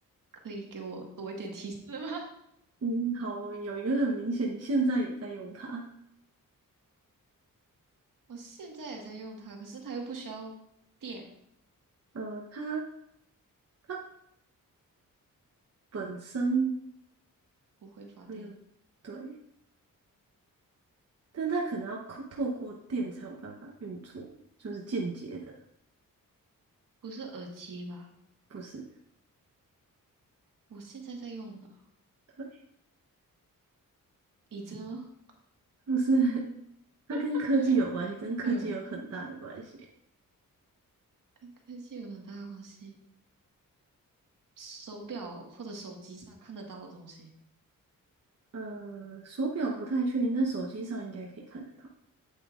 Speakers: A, on the right (about 70°); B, on the right (about 45°).
A: 可以给我多一点提示吗？<laughs>
B: 嗯，好，有一个很明显，你现在也在用它。
A: 我现在也在用它，可是它又不需要电，
B: 呃，它它本身
A: 不会发电，
B: 没有，对，但它可能要透透过电才有办法运作，就是间接的，
A: 不是耳机吧？
B: 不是，
A: 我现在在用的
B: 对，
A: 椅子吗？
B: 不是，<laughs> 它跟科技有关系，
A: <laughs>
B: 跟科技有很大的关系。
A: 对啊，跟科技有很大的关系。手表或者手机上看得到的东西，
B: 呃，手表不太确定，但手机上应该可以看得到，